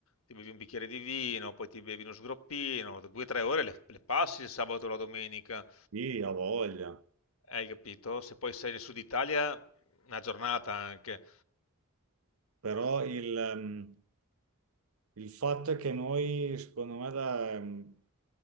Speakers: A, on the left (about 70°); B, on the right (about 70°).
A: ti bevi un bicchiere di vino, poi ti bevi uno sgroppino, due o tre ore le, le passi il sabato o la domenica,
B: Sì, ha voglia.
A: hai capito? Se poi sei nel sud Italia, una giornata anche.
B: Però il, ehm, il fatto è che noi, secondo me, da, ehm,